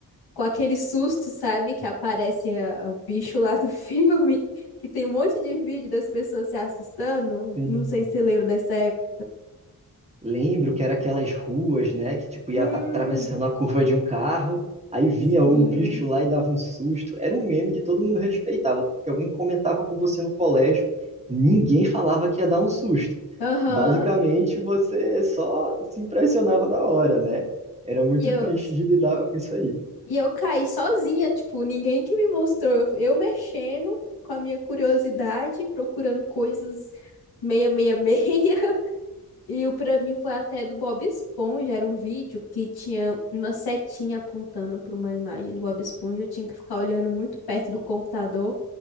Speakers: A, on the left (about 80°); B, on the right (about 15°).
A: com aquele susto, sabe? Que aparece a- o bicho lá do <laughs> filme, que tem um monte de vídeo das pessoas se assustando.
B: Sim.
A: Não sei se você lembra dessa época.
B: Lembro que era aquelas ruas, né, que tipo
A: Hum,
B: ia atravessando a curva de um carro, aí vinha
A: sim.
B: o bicho lá e dava um susto. Era um meme que todo mundo respeitava, porque alguém comentava com você no colégio, ninguém falava que ia dar um susto.
A: Aham.
B: Basicamente, você só se impressionava na hora, né? Era muito
A: E eu.
B: triste de lidar com isso aí.
A: E eu caí sozinha, tipo, ninguém que me mostrou. Eu, eu mexendo com a minha curiosidade, procurando coisas meia, meia, meia. <laughs> E o pra mim foi até do Bob Esponja. Era um vídeo que tinha uma setinha apontando pra uma imagem do Bob Esponja. Eu tinha que ficar olhando muito perto do computador.